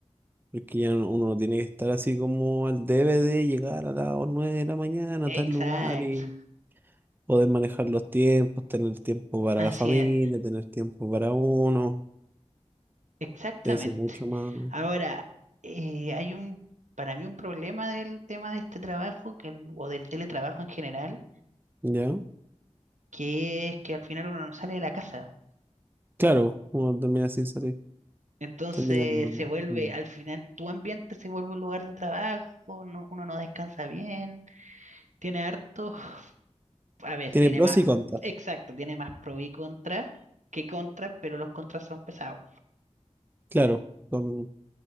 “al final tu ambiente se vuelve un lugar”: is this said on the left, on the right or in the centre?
Right